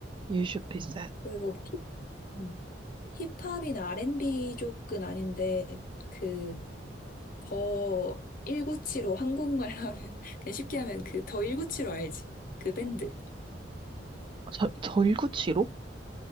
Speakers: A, on the right; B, on the left.
A: e sad.
B: 그리고 음, 힙합이나 R&B 쪽은 아닌데 그 더 1975 한국말 하면 <laughs> 그냥 쉽게 하면 그 더 1975 알지? 그 밴드.
A: 절, 절구치로?